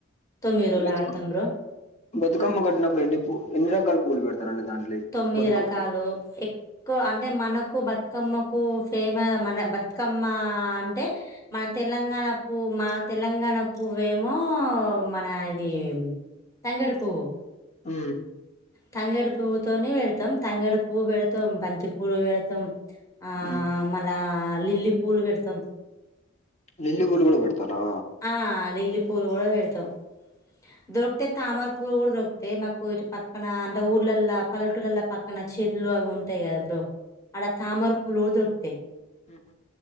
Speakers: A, on the left; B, on the left.
A: తొమ్మిది రోజులు
B: బతు
A: ఆడుతాం బ్రో
B: బతుకమ్మ పెట్టినపుడు ఎన్ని ఎన్నిరకాలు పూలు పెడతా రండి దాంట్లోకి
A: తొమ్మిది
B: బతుకమ్
A: రకాలు ఎక్కువ అంటే మనకు బతుకమ్మకు ఫేమ మన బ కమ్మ అంటే మన తెలంగాణ పూ మా తెలంగాణ పువ్వేమో మన ఇది తంగేడుపువ్వు
B: ఉ
A: తంగడి పువ్వుతోనే పెడతాం తంగడి పువ్వు పెడతాం బంతి పూలు పెడతాం ఆ
B: ఉమ్
A: మళ్ళా లిల్లీ పూలు పెడతాం
B: లిల్లి పూలు కూడా పెడతారా
A: ఆ లిల్లీ పూలు కూడా పెడతాం దొరికితే తామర పూలు కూడా దొరు అయితే మాకు ఇటు పక్కన అంటే ఊర్లలా పల్లెటూరలా పక్కన చెట్లు అవి ఉంటాయి కదా బ్రో అడ తామర పూలు కూడా దొరుకుతాయి
B: హహ